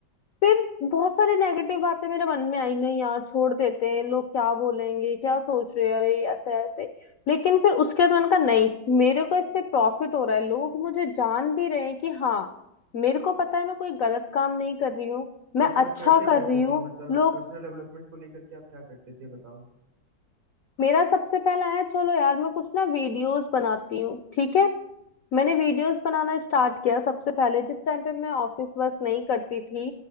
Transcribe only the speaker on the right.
वैसे आप
करते क्या
थे
फिर मतलब
पर्सनल डेवलपमेंट को लेकर के आप क्या करते थे बताओ